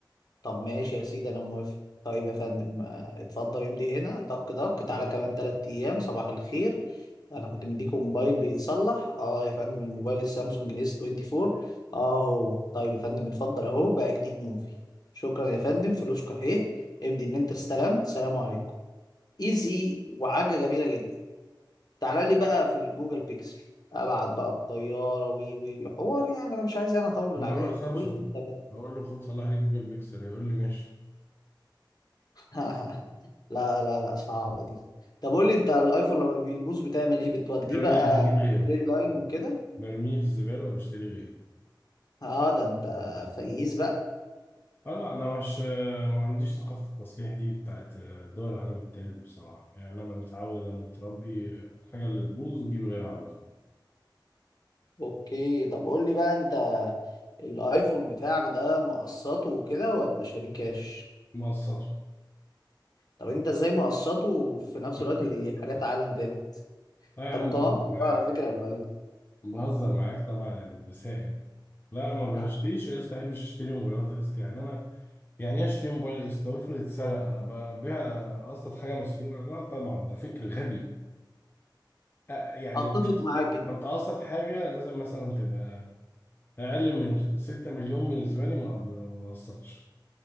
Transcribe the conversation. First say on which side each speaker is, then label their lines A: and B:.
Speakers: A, on the left; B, on the left.
A: طب ماشي يا سيدي انا موافق طيب يا فندم آه، اتفضل امضي هنا طك طك تعالى كمان تلات ايام صباح الخير انا كنت مديك موبايل بيتصلح اه يا فندم الموبايل السامسونج الاس 24 اه هو طيب يا فندم اتفضل اهو بقى جديد نوفي شكرا يا فندم فلوسك اهي امضي ان انت استلمت سلام عليكم ايزي وحاجه جميله جدا تعالى لي بقى في الجوجل بيكسل ابعت بقى الطياره وي وي وي. حوار يعني انا مش عايز انا اطول
B: اما
A: عليك
B: اروح سامسونج
A: قول لي انت
B: اقول له خد صلح لي جوجل بيكسل يقول لي ماشي
A: <laughs> لا لا لا صعبة دي طب قول لي انت الايفون لما بيبوظ بتعمل ايه بتوديه
B: برميه
A: بقى
B: بجيب غيره
A: ريد لاين وكده
B: برميه في الزباله وبشتري غيره
A: اه ده انت فييز بقى
B: اه لا انا مش آه، ما عنديش ثقافه التصليح دي بتاعت آه، دول العالم التالت بصراحه يعني انا متعود انا متربي الحاجه اللي تبوظ نجيب غيرها على طول
A: اوكي طب قول لي بقى انت الايفون بتاعك ده مقسطه وكده ولا شاريه كاش
B: مقسطه
A: طب انت ازاي مقسطه وفي نفس
B: <laughs>
A: الوقت دي حاجات عالم تالت
B: لا
A: انت
B: يا عم
A: متناقض
B: بهزر
A: بقى
B: معاك
A: على فكرة يا لؤي
B: بهزر معاك طبعا يا ابو البسائم لا ما
A: ده
B: بشتريش قسط ما بحبش اشتري موبايلات قسط يعني انا يعني ايه اشتري موبايل قسط افرض اتسرق أبقى ابيع قسط حاجه مسروقه لا طبعا ده فكر غبي آه، يعني
A: اتفق
B: القسط
A: معاك
B: لو تقسط حاجه لازم مثلا تبقى اقل من 6 مليون بالنسبه لي ما ما بقصرش